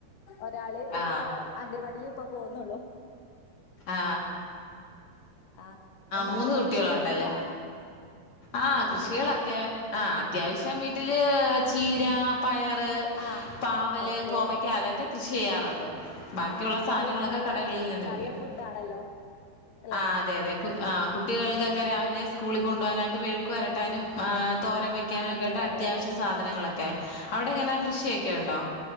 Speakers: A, on the left; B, on the left.
A: ഒരാള്
B: ആ
A: ഇപ്പോ അംഗനവാടീല് പ്പ പോക്ന്നൊള്ളൂ
B: ആ
A: ആ എന്താ
B: മൂന്ന്
A: അവിടെ
B: കുട്ടികളുണ്ടല്ലേ
A: കൃഷികളൊക്കെണ്ടോ
B: ആ കൃഷികളത്യാ ആ അത്യാവശ്യം വീട്ടില് ചീര പയറ്
A: ആ
B: പാവല്
A: ഓക്കെ
B: കോവയ്ക്ക അതൊക്കെ കൃഷി ചെയ്യാറുണ്ട് ബാക്കിയുള്ള
A: ആ
B: സാനങ്ങളൊക്കെ
A: നല്ല നല്ല
B: കടകളിൽ നിന്ന്
A: നല്ല
B: വേടിക്കും
A: ഫുഡ് ആണല്ലോ അല്ലെ
B: ആ അതെ അതെ കു ആ കുട്ടികൾക്കൊക്കെ രാവിലെ സ്കൂളി കൊണ്ടുവാനായ്ട്ട് മെയ്ക്കുവര ട്ടാനും ആ തോരൻ വെയ്ക്കാനൊക്കെയ്ട്ട്
A: അതെ അതെ
B: അത്യാവശ്യസാധനങ്ങളൊക്കെ
A: അതെ ആ
B: അവിടെങ്ങനാ കൃഷിയൊക്കെണ്ടോ,?